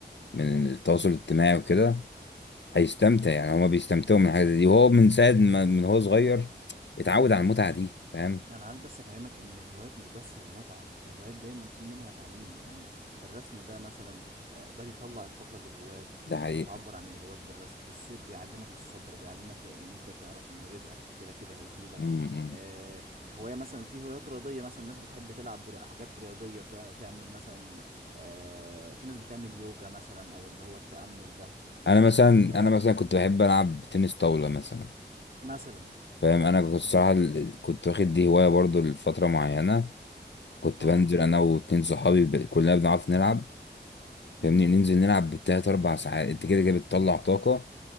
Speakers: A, on the left; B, on the right.
A: من التواصل الاجتماعي وكده هيستمتع يعني هما بيستمتعوا من الحاجة دي وهو من ساعة ما من هو صغير اتعود على المتعة دي فاهم
B: انا عايز بس افهمك ان الهوايات مش بس للمتعه الهوايات دايما في منها تعليم يعني الرسم ده مثلا آه، ده بيطلع الطاقه اللي جواك بتخليك
A: ده حقيقة
B: تعبر عن اللي جواك بالرسم الصيد بيعلمك الصبر بيعلمك ان انت تعرف ان رزقك كده كده هيجي لك
A: م- م.
B: آه، هوايه مثلا في هوايات رياضيه مثلا الناس بتحب تلعب ر- حاجات رياضيه تع- تعمل مثلا آه، في ناس بتعمل يوجا مثلا او اللي هو التامل ده
A: أنا
B: الحاجات
A: مثلا
B: دي كلها
A: أنا مثلا كنت بحب ألعب تنس طاولة مثلا
B: مثلا
A: فاهم انا كنت الصراحه
B: فدي-
A: ال- كنت واخد دي هوايه برضو لفتره معينه كنت
B: اه
A: بنزل انا واتنين صحابي ب... كلنا بنعرف نلعب فاهمني
B: امم
A: ننزل نلعب بالتلات اربع ساعات انت كده كده بتطلع طاقه